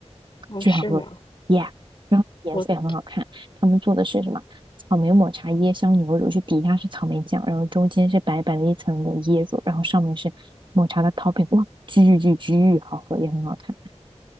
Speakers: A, on the left; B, on the right.
A: 哦，
B: 巨好喝，yeah，
A: 是吗？
B: 然后颜色也很好看。
A: 我
B: 他们做的是什么？草莓抹茶椰香牛乳，就底下是草莓酱，然后中间是白白的一层的椰乳，然后上面是抹茶的 topping，哇，巨巨巨好喝，也很好看。